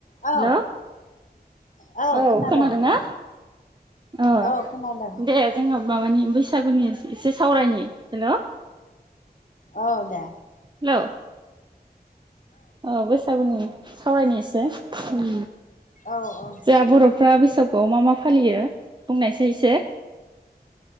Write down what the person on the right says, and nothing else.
हेल'।
ओ
खोनादोंना ओ
दे। जोङो माबानि बैसागुनि एसे सावरायनि हेल'।
हेल'। औ बैसागुनि सावरायनि एसे‌ हम
जोंहा बर'फ्रा बैसागुआव मा मा फालियो बुंनायसाय एसे।